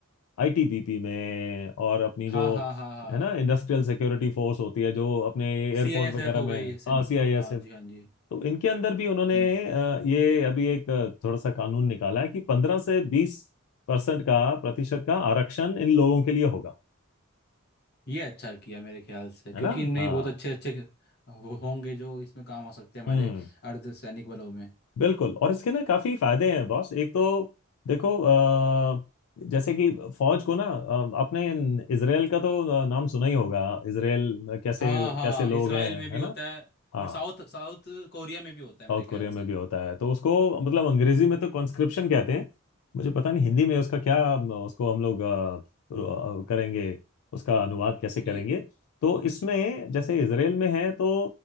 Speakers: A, on the left; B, on the left.
A: आईटीबीपी में और अपनी
B: हाँ
A: जो
B: हाँ हाँ हाँ
A: है ना इंडस्ट्रियल सिक्योरिटी फोर्स होती है जो अपने एयरपोर्ट
B: सी आई एस
A: वगैरह
B: एफ हो
A: में
B: गई समझ
A: हाँ सी आई
B: हाँ
A: एस
B: जी हाँ जी
A: तो इनके अंदर भी उन्होंने
B: हम्म
A: अ, ये अभी एक अ, थोड़ा सा कानून निकाला है कि पंद्रह से बीस परसेंट का प्रतिशत का आरक्षण इन लोगों के लिए होगा
B: ये अच्छा किया मेरे ख्याल से क्योंकि
A: है ना
B: इनमें
A: हाँ
B: ही बहुत अच्छे अच्छे वो होंगे जो इसमें काम आ सकते हैं हमारे
A: हम्म
B: अर्ध सैनिक बलों में
A: बिल्कुल और इसके ना काफी फायदे हैं बॉस एक तो देखो अ, जैसे कि फौज को ना अ, आपने इन- इसराइल का तो अ, नाम सुना ही होगा इसराइल कैसे
B: हाँ हाँ
A: कैसे लोग
B: इसराइल
A: हैं
B: में भी
A: है
B: होता
A: ना
B: है
A: हाँ
B: और साउथ साउथ कोरिया में भी होता है
A: साउथ
B: मेरे ख्याल
A: कोरिया
B: से
A: में भी होता है तो उसको मतलब अंग्रेजी में तो कॉन्स्क्रिप्शन कहते हैं मुझे पता नहीं हिंदी में उसका क्या उसको हम लोग अ, अ, करेंगे उसका अनुवाद कैसे
B: कि
A: करेंगे तो इसमें जैसे इसराइल में है तो